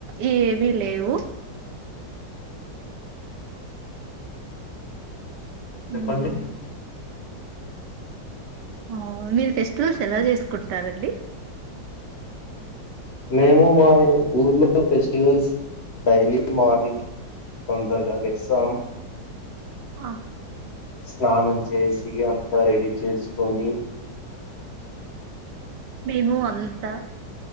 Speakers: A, on the right; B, on the left.
A: ఏ ఏవి లేవు ఉమ్
B: చెప్పండి
A: ఆ మీరు ఫెస్టివల్స్ ఎలా చేసుకుంటారండి
B: మేము మా ఊర్లో ఫెస్టివల్స్ డైలీ మార్నింగ్ తొందరగా లేస్తాం
A: ఆ
B: స్నానం చేసి అంతా రెడీ చేసుకొని
A: మేము అంతా